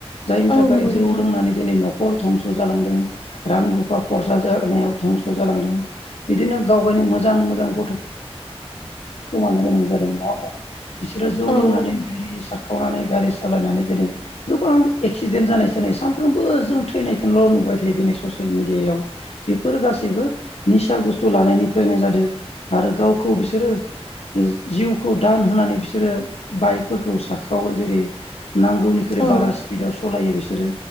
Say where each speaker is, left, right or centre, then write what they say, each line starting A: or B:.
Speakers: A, on the left; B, on the left.
A: जायनि
B: औ
A: थाखाय
B: नंगौ
A: जौ
B: नोंथां
A: लोंनानै दिनै न'खर धंस' जालांदों रां रुफ फा खरसा जानायाव धंस' जालांदों बिदिनो गाव गायनि मोजां मोजां गथ' खोमानो गोनां जादों नङा होमबा बिसोरो जौ
B: औ
A: लोंनानै गारि साखावनानै गारि सालायनानै जेरै गोबां एक्सिडेन जानाय सानाय सानफ्रोमबो जों थैनायखौल' नुबाय थ यो दिनै ससियेल मिडियायाव बिफोर गासैबो निसा बुस्थु लानायनिफ्रायनो जादो आ रो गावखौ बिस जि जिउखौ दान होनानै बिसोरो बाइकफोरखौ साखावो जेरै नांगौनिकै
B: औ
A: बारा स्पिडआव स लायो बिसोरो